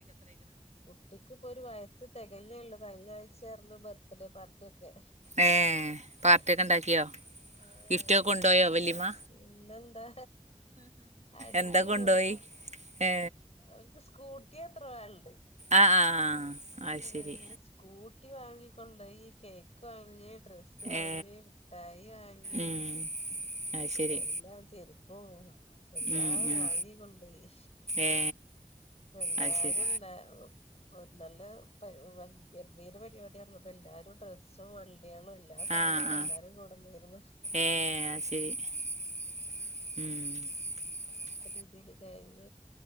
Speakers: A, on the left; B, on the right.
A: കുട്ടിക്ക് ഇപ്പൊ ഒരു വയസ്സ് തികഞ്ഞേള്ളൂ കഴിഞ്ഞ ആഴ്ച്ചയായിര്ന്നു ബർത്ത്ഡേ പാർട്ടി ഒക്കെ
B: ഏ പാർട്ടി
A: <unintelligible>
B: ഒക്കെ ഉണ്ടാക്കിയോ
A: ആഹ്
B: ഗിഫ്റ്റ്
A: വാർട്ടക്കെ
B: ഒക്കെ കൊണ്ടുപോയോ വല്യമ്മ
A: പിന്നെന്താ അടിച്ചു
B: എന്താ കൊണ്ടുപോയി
A: പൊളിച്ചു
B: ഏ
A: അവനിക്ക് സ്കൂട്ടി എത്ര വോലുണ്ട്
B: ആ ആ ആ അത്
A: ആ
B: ശരി
A: നിങ്ങള് സ്കൂട്ടി വാങ്ങിക്കൊണ്ട് ഈ കേക്ക് വാ ഡ്രസ്സ് വാങ്ങി
B: ഏ
A: മിഠായി വാങ്ങി
B: ഉം അത് ശരി
A: എല്ലാം ചെരുപ്പും എല്ലാം
B: ഉം ഉം
A: വാങ്ങിക്കൊണ്ടോയി
B: ഏ
A: അപ്പം എല്ലാരുംണ്ടാവും
B: അത് ശരി
A: നല്ലപരിപാ ഗംഭീര പരുപാടി അപ്പം എല്ലാരും ഡ്രസ്സും വ കേരളം എല്ലാ സാധനങ്ങളും
B: ആ ആ
A: എല്ലാരും കൂടെന്നീരുന്ന്.
B: ഏ ഉം.
A: രീതീല് കഴിഞ്ഞ